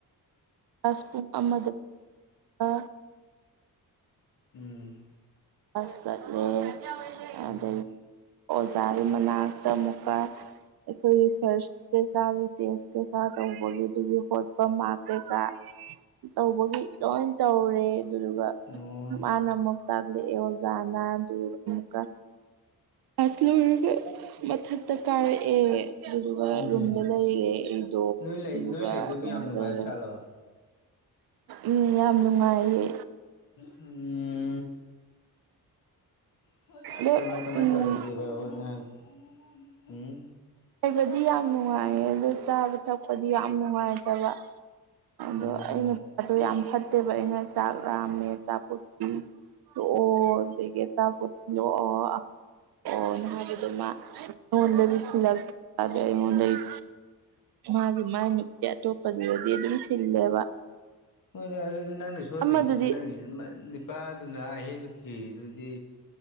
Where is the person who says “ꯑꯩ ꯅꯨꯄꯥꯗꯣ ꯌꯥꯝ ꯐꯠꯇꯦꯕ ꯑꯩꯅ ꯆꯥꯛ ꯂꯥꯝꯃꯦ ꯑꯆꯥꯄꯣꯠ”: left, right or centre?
Right